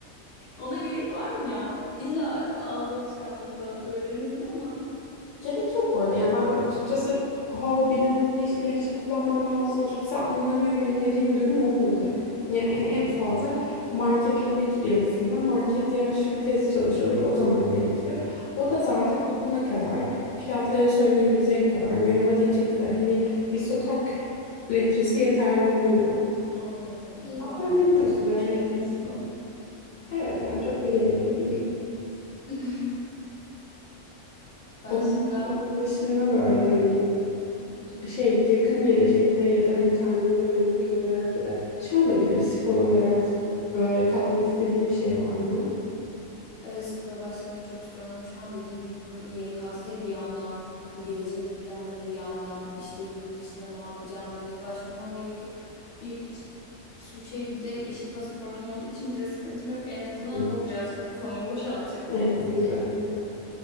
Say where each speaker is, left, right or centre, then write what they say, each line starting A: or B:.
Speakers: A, on the left; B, on the left.
A: Ona gerek var mı ya? İlla ağız alışkanlığından öğrenirim ama.
B: Gerek yok bu arada. Yani ben açıkçası ha benim burada işte lehçe kullanmam lazım. Kimse anlamıyor beni dediğim bir durum olmadı. Yani e- en fazla marketlere giriyorsundur. Markette yaşlı bir teyze çalışıyordur. O zaman gerekiyor. O da zaten
A: Hmm.
B: ne kadar fiyatları söyleyebilecek kadar, merhaba diyecek kadar hani bir sokak lehçesi yeterli oluyor.
A: Anladım. İyi
B: Ama
A: bari.
B: öğreniyorsun,
A: Çok da
B: öğreniyorsun.
A: bir şey gerek yok.
B: Evet yani çok da gerekli değil.
A: <laughs> Başka?
B: Onun, onun dışında böyle hani şey yakın gelecekte ya da hani kendine mental olarak ya da şey olabilir spor olarak böyle katmak istediğim bir şey var mı?
A: Evet spora başlamayı çok istiyorum ama şu an dediğim gibi böyle YKS bir yandan, bu gelecek planları bir yandan, işte yurt dışında ne yapacağım, nereye başvurmam gerekiyor. Bir sürü şey bir de yeşil pasaportum olduğu için vize sıkıntım yok. En azından
B: Hı.
A: o birazcık kafamı <laughs> boşaltıyor.
B: Evet
A: Tek
B: o güzel.
A: şeyim bu.